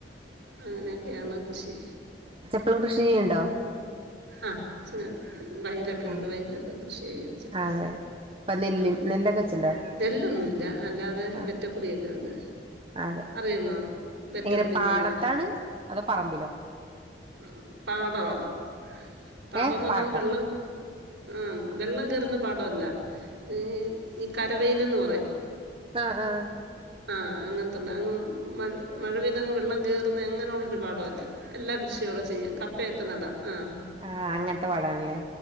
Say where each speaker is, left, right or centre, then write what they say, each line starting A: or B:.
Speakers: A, on the right; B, on the right.
A: അങ്ങനെയൊക്കെയാണ് കൃഷി
B: യിപ്പ കൃഷി ചെയ്യണ്ടോ
A: ആ ച വയലൊക്കെ
B: ആ
A: ഉണ്ട് വയലിലൊക്കെ കൃഷി ചെയ്യുഅച്ഛൻ
B: അതെ ഇപ്പൊ നെല്ല്
A: ഉം
B: നെല്ലൊക്കെ വെച്ചിണ്ടോ
A: നെല്ലൊന്നുല്ല അല്ലാതെ
B: ആ
A: വെറ്റക്കുടിയോക്കെ ഉണ്ട്
B: അതെ
A: അറിയമോ വെററക്കുടന്ന്
B: എങ്ങനെ പാടത്താണ്
A: പറഞ്ഞാ
B: അതോ പറമ്പിലോ
A: ഉം പാടാണ് പാടംന്നർഞ
B: ഏ പാട്ടം
A: വെള്ളം ആ വെള്ളം കേറുന്ന പാടൊല്ല ഈ ക ഒറ്റവെയിലെന്ന് പറയും
B: ആഹ് ആഹ
A: ആ അങ്ങൻത്തുള്ള അങ്‌ മഴ മഴ വ ങ് വള്ളം കേറുന്നെ അങ്ങനെയുള്ളൊരു പാടവല്ല എല്ലാ കൃഷിയവിടെ ചെയ്യാം കപ്പയൊക്കെ നടാ ആഹ്
B: ആഹ അങ്ങൻത്തെ പാടാണല്ലേ